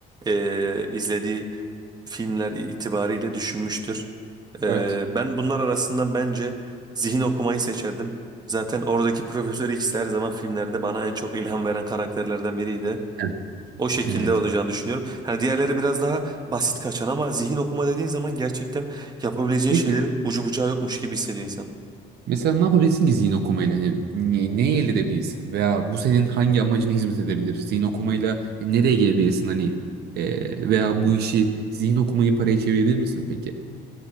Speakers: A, on the right; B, on the right.
A: e, izlediği filmler itibariyle düşünmüştür. E,
B: Evet.
A: ben bunlar arasından bence zihin okumayı seçerdim. Zaten oradaki Profesör X her zaman filmlerde bana en çok ilham veren karakterlerden biriydi.
B: Evet.
A: O şekilde
B: Evet.
A: olacağını düşünüyorum. Hani diğerleri biraz daha basit kaçan ama zihin okuma dediğin zaman gerçekten yapabileceğin
B: Peki
A: şeylerin ucu bucağı yokmuş gibi hissediyor insan.
B: mesela ne yapabilirsin ki zihin okumayla? Hani ne- neyi elde edebilirsin? Veya bu senin hangi amacına hizmet edebilir? Zihin okumayla nereye gelebilirsin? Hani e, veya bu işi zihin okumayı paraya çevirebilir misin peki?